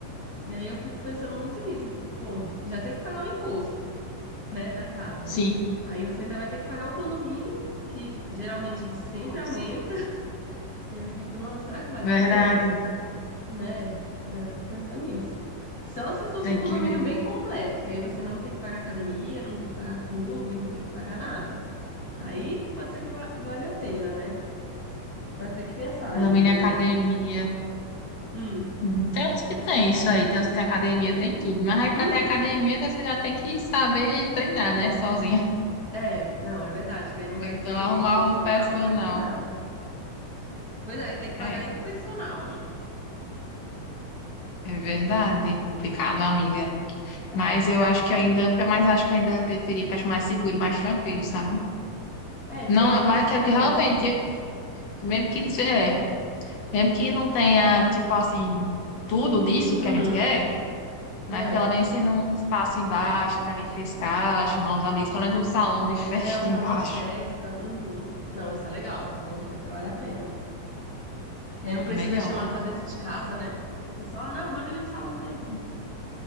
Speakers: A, on the left; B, on the left.
A: E aí eu fico pensando muito nisso, eu fico, pô, já tem que pagar o imposto, né, da casa.
B: sim.
A: Aí você ainda vai ter que pagar o condomínio, que geralmente ele sempre
B: Nossa,
A: aumenta. <laughs> E aí eu fico, nossa, será que vale
B: verdade.
A: a pena? né? Aí eu fico pensando nisso. Só se fosse
B: Tem
A: o condomínio
B: que ver.
A: bem completo, que aí você não tem que pagar academia, não tem que pagar clube, não tem que pagar nada. Aí pode ser que va vale a pena, né? Mas tem que pensar ainda
B: Condomínio
A: muito.
B: e academia.
A: Hum,
B: Hum, Tem uns que tem isso aí, tem uns que tem academia, tem tudo. Mas aí
A: uhum.
B: pra ter academia, você já tem que saber treinar, né? Sozinho. <laughs>
A: É, não, é verdade, que aí não vai
B: Então,
A: ter
B: arrumar
A: personal,
B: o personal.
A: não vai ter nada. Pois é, aí tem que pagar
B: É,
A: ainda o personal.
B: é verdade, complicado, amiga.
A: É,
B: Mas eu acho que ainda, mas acho que eu ainda preferia, porque acho mais seguro, e mais tranquilo, sabe?
A: é, tem
B: Não,
A: isso da
B: mas
A: segurança.
B: que é que realmente, mesmo que não seja, mesmo que não tenha, tipo assim, tudo disso
A: Uhum,
B: que a gente quer, mas
A: é,
B: pelo menos tem um espaço embaixo para refrescar, chamar os amigos, pelo menos um salão de <laughs> festa
A: é um salão
B: embaixo.
A: de festa. Uhum. Não, isso é legal, salão de festa vale a pena. Que aí não precisa
B: É melhor,
A: chamar
B: porque
A: pra dentro de casa, né? Você só, ah, não, bora ali no salão
B: assim,
A: dele.